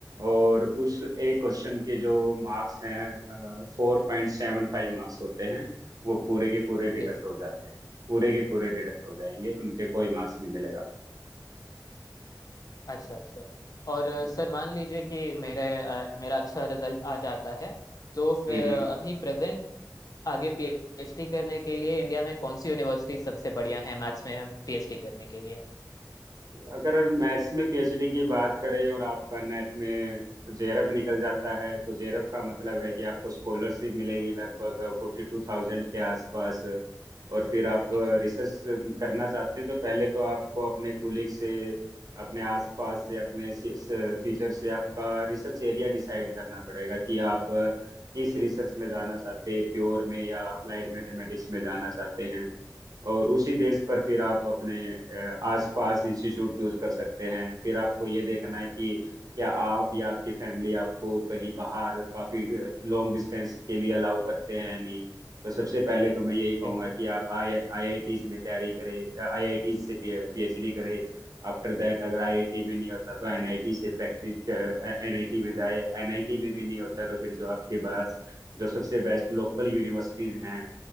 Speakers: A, on the right (about 55°); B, on the left (about 55°).
A: और उस एक क्वेश्चन के जो मार्क्स हैं फोर पॉइंट सेवन फाइव मार्क्स होते हैं वो पूरे के पूरे डिडक्ट
B: जी
A: हो जाते हैं पूरे के पूरे डिडक्ट हो जाएंगे उनके कोई मार्क्स नहीं मिलेगा
B: अच्छा अच्छा और अ,
A: हम्म
B: सर मान लीजिए कि मेरा अ, मेरा अच्छा रिजल्ट आ जाता है तो फिर
A: हम्म।
B: अ, अभी प्रेजेंट आगे पीएचडी करने के लिए इंडिया में कौन सी यूनिवर्सिटी सबसे बढ़िया है मैथ्स में पीएचडी करने के लिए
A: अगर मैथ्स में पीएचडी की बात करें और आपका नेट में जेआरएफ निकल जाता है तो जेआरएफ का मतलब है कि आपको स्कॉलरशिप मिलेगी लगभग फोर्टी टू थाउजेंड के आसपास और फिर आप
B: जी
A: रिसर्च करना चाहते हैं तो पहले तो आपको अपने कुलीग से अपने आसपास से अपने टीचर से आपका रिसर्च एरिया डिसाइड करना पड़ेगा कि आप किस रिसर्च में जाना चाहते हैं प्योर में या अप्लाइड मैथमेटिक्स में जाना चाहते हैं और उसी बेस पर फिर आप अपने अ, आसपास इंस्टीट्यूट चूज कर सकते हैं फिर आपको ये देखना है कि क्या आप या आपकी फैमिली आपको कहीं बाहर काफी लॉन्ग डिस्टेंस के लिए अलाउ करते हैं या नहीं तो सबसे पहले तो मैं यही कहूंगा
B: जी जी।
A: कि आप आई आईआईटीज में तैयारी करें आईआईटीज से पीएचडी करें आफ्टर दैट अगर आईआईटी में नहीं होता तो एनआईटी से प्रैक्टिस एनआईटी में जाए एनआईटी में भी नहीं होता तो फिर जो आपके पास जो सबसे बेस्ट लोकल यूनिवर्सिटीज हैं